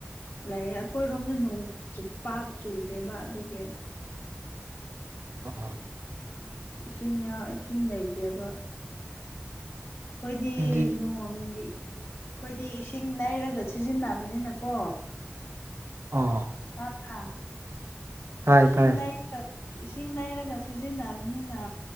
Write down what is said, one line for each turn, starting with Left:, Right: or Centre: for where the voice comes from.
Left: ꯂꯩꯌꯦ ꯑꯈꯣꯏꯔꯣꯝꯗ ꯅꯣꯡ ꯆꯨꯄꯥꯛ ꯆꯨꯗꯦꯕ ꯑꯗꯨꯒꯤ
Right: ꯑꯣ
Left: ꯏꯁꯤꯡꯌꯥ ꯏꯁꯤꯡ ꯂꯩꯇꯦꯕ ꯑꯈꯣꯏꯗꯤ
Right: ꯑꯗꯨꯗꯤ
Left: ꯅꯣꯡꯒꯤ ꯈꯣꯏꯗꯤ ꯏꯁꯤꯡ ꯂꯩꯔꯒ ꯁꯤꯖꯤꯟꯅꯕꯅꯤꯅꯀꯣ
Right: ꯑꯥ
Left: ꯇꯥꯕ꯭ꯔꯥ
Right: ꯇꯥꯏ
Left: ꯏꯁꯤꯡ
Right: ꯇꯥꯏ
Left: ꯂꯩ <unintelligible> ꯏꯁꯤꯡ ꯂꯩꯔꯒ ꯁꯤꯖꯤꯟꯅꯕꯅꯤꯅ